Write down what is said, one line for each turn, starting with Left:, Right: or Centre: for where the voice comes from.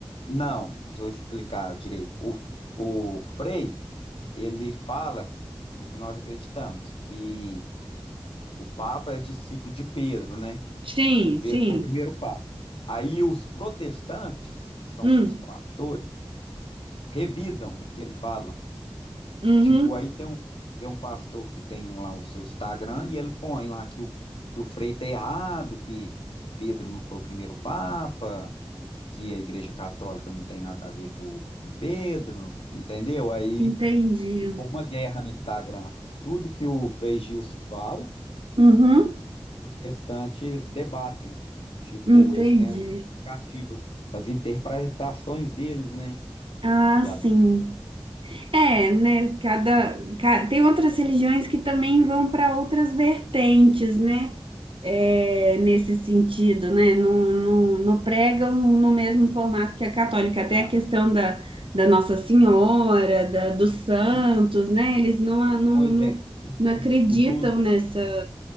Left: não, deixa eu explicar direito. O, o Frei, ele fala o que nós acreditamos, que o Papa é discípulo de Pedro, né?
Right: Sim,
Left: Pedro
Right: sim.
Left: foi o primeiro papa. Aí os protestantes, que são
Right: Hum,
Left: os pastores, revidam o que ele fala.
Right: uhum,
Left: Tipo, aí tem um, tem um pastor que tem um lá o seu Instagram e ele põe lá que o, que o Frei tá errado, que Pedro não foi o primeiro papa, que a Igreja Católica não tem nada a ver com, com Pedro, entendeu? Aí
Right: entendi.
Left: ficou uma guerra no Instagram. Tudo que o Frei Gilson fala,
Right: Uhum,
Left: protestantes debatem, tipo,
Right: entendi.
Left: eles têm as justificativas, as interpretações deles, né,
Right: Ah,
Left: da Bíblia.
Right: sim. É, né? Cada, ca- tem outras religiões que também vão para outras vertentes, né? É, nesse sentido, né? Não, não, não pregam no mesmo formato que a católica. Até
Left: Não.
Right: a questão da, da Nossa Senhora, da, dos
Left: E-
Right: santos,
Left: e-
Right: né? Eles não, não,
Left: Pois
Right: não,
Left: é.
Right: não acreditam
Left: Inclu...
Right: nessa,